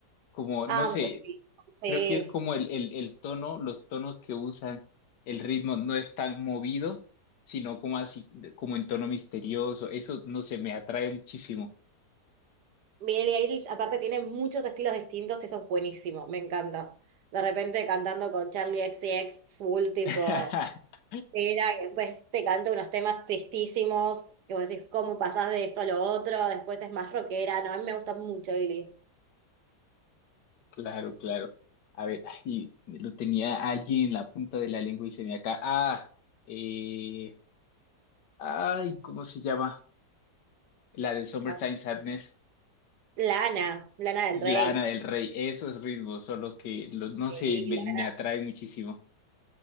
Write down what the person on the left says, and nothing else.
como,
no sé,
Creo que es como el, el, el tono, los tonos que usan, el ritmo no es tan movido, sino como así, como en tono misterioso. Eso no sé me atrae muchísimo.
<laughs>
Claro, claro. A ver, ay, lo tenía alguien en la punta de la lengua y se me acá. Ah, eh, ay, ¿cómo se llama? La de Summertime
Sadness,
Lana del Rey. Esos ritmos son los que, los, no
sé, me,
me atraen muchísimo.